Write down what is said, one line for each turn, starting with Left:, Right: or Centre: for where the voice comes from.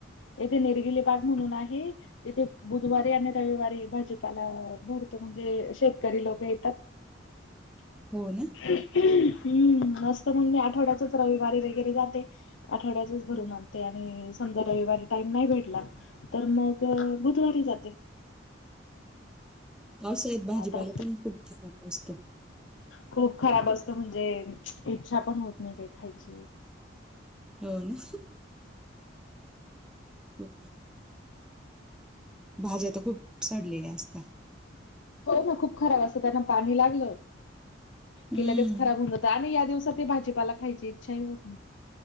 Left: येथे निरगिले बाग म्हणून आहे तिथे बुधवारी आणि रविवारी भाजीपाला भरतो म्हणजे शेतकरी लोक येतात <unintelligible>
Centre: हो ना
Left: हम्म मस्त मग मी आठवड्याचच रविवारी वगैरे जाते आठवड्याच भरून
Centre: हम्म.
Left: आन आणि समजा रविवारी टाइम नाही भेटला तर मग बुधवारी जाते
Centre: असं ही भाजीपाला
Left: आता
Centre: पण खूप खराब असतो
Left: खूप खराब असत म्हणजे इच्छा पण होत नाही काही खायची
Centre: हो ना हम्म भाज्या तर खूप सडलेल्या असतात
Left: हो ना खूप खराब असं त्यांना पाणी लागलं
Centre: हम्म
Left: की लगेच खराब होऊन जातात आणि या दिवसात ते भाजीपाला खायची इच्छाही होत